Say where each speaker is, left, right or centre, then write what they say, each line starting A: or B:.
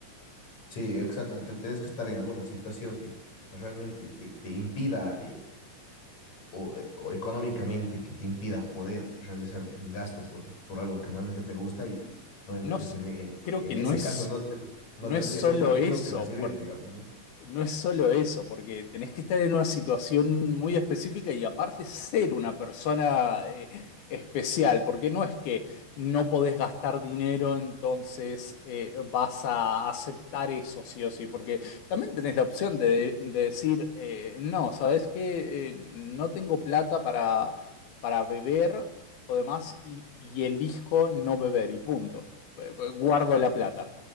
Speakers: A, on the left (about 50°); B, on the left (about 85°).
A: Sí, exacto. Te- Tienes que estar en alguna situación que, que realmente te, te impida eh, o, eh, o económicamente que te impida poder realizar un gasto por, por algo que realmente te gusta y obviamente
B: No, s-
A: en, en-
B: creo
A: en
B: que no
A: ese
B: es...
A: caso no, te- no
B: No
A: tendrías
B: es solo
A: otra opción
B: eso,
A: que recibir, digamos, ¿no?
B: No es solo eso, porque tenés que estar en una situación muy específica y aparte ser una persona eh, especial, porque no es que no podés gastar dinero, entonces eh, vas a aceptar eso sí o sí, porque también tenés la opción de, de decir, eh, no, ¿sabes qué? Eh, no tengo plata para, para beber o demás y, y elijo no beber y punto. Eh, Guardo la plata.